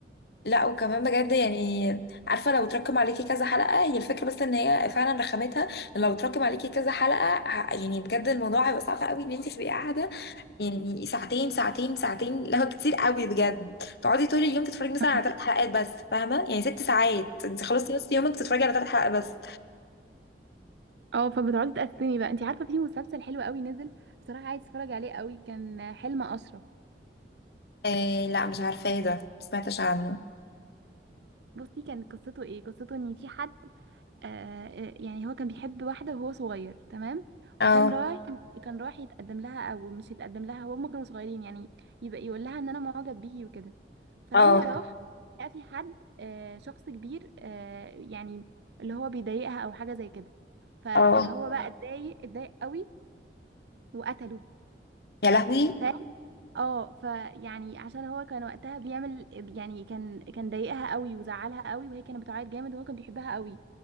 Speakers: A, on the left; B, on the right.
A: لا وكمان بجد يعني عارفه لو تركم عليكي كذا حلقه هي الفكره بس ان هي فعلا رخامتها إن لو تركم عليكي كذا حلقه ه- يعني بجد الموضوع هيبقى صعب قوي ان انت تبقي قاعده يعني ساعتين ساعتين ساعتين لا هو كتير قوي بجد تقعدي طول اليوم تتفرجي مثلا
B: مم.
A: على ثلاث حلقات بس فاهمه يعني ست ساعات انت خلصتي نص يومك بتتفرجي على ثلاث حلقات بس
B: اه فبتقعدي تقسمي بقى انت عارفه في مسلسل حلو قوي نزل بصراحه عايز اتفرج عليه قوي كان حلم اشرف
A: إيه لا مش عارفه ايه ده ما سمعتش عنه
B: بصي كان قصته ايه قصته ان في حد آه، آه، يعني هو كان بيحب واحدة وهو صغير تمام
A: اه
B: وكان رايح كان رايح يتقدم لها او مش يتقدم لها وهم كانوا صغيرين يعني يبقى يقول لها ان انا معجب بيكي وكده فلما
A: اه
B: راح لقى في حد آه، شخص كبير آه، يعني اللي هو بيضايقها او حاجة زي كده فهو
A: اه
B: بقى اتضايق اتضايق قوي وقتله
A: يا لهوي
B: ف اه فيعني عشان هو كان وقتها بيعمل يعني كان كان ضايقها قوي وزعلها قوي وهي كانت بتعيط جامد وهو كان بيحبها قوي